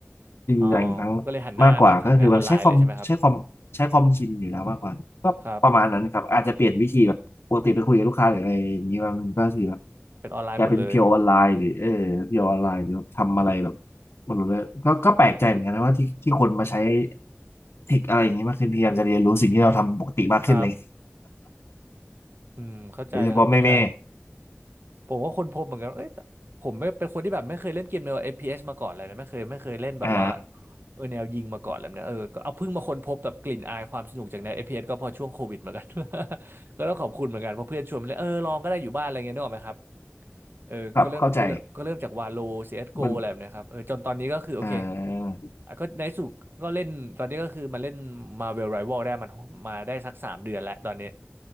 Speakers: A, on the left (about 85°); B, on the right (about 55°).
A: จริงๆหลายครั้ง
B: อ๋อก็เลยหันหน้ามาทำงานออนไลน์เลยใช่ไหมครับ
A: มากกว่าก็คือแบบใช้คอมใช้คอมใช้คอมชินอยู่แล้วมากกว่าก็ประมาณนั้นครับอาจจะเปลี่ยนวิธีแบบปกติไปคุยกับลูกค้าหรืออะไรอย่างนี้มันก็คือแบบ
B: ครับเป็นออนไลน์หมดเลย
A: กลายเป็นเพียวออนไลน์หรือเออเพียวออนไลน์หรือทำอะไรแบบหมดเลยก็ก็แปลกใจเหมือนกันนะว่าที่ที่คนมาใช้เทคอะไรอย่างนี้มากขึ้นพยายามจะเรียนรู้สิ่งที่เราทำปกติมากขึ้นเลย
B: ครับอืมเข้าใจแล้วครับเข้าใจ
A: โดยเฉพาะแม่แม่
B: ผมก็ค้นพบเหมือนกันว่าเอ้ยผมไม่เป็นคนที่แบบไม่เคยเล่นเกมแนว FPS มาก่อนเลยนะไม่เคยไม่เคยเล่นแบบว่า
A: อ่า
B: เออแนวยิงมาก่อนเลยนะเออก็เอาเพิ่งมาค้นพบแบบกลิ่นอายความสนุกจากแนว FPS ก็พอช่วงโควิดเหมือนกัน <laughs> ก็ต้องขอบคุณเหมือนกันเพราะเพื่อนชวนมาเล่นเออลองก็ได้อยู่บ้านอะไรเงี้ยนึกออกไหมครับ เออก็เริ่มก็เริ่มก็เริ่มจากวาโล
A: ครับเข้าใจ
B: CSGO อสโกอะไรแบบเนี้ยครับเออจนตอนนี้ก็คือโอเค
A: มันอ่า
B: อ่ะก็ในที่สุดก็เล่นตอนนี้ก็คือมาเล่น Marvel Rival ได้มันมาได้สักสามเดือนแล้วตอนนี้